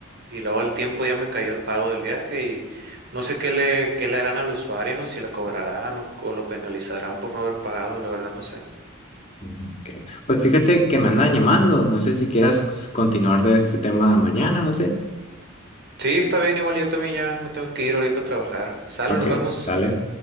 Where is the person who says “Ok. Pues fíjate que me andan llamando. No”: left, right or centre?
Left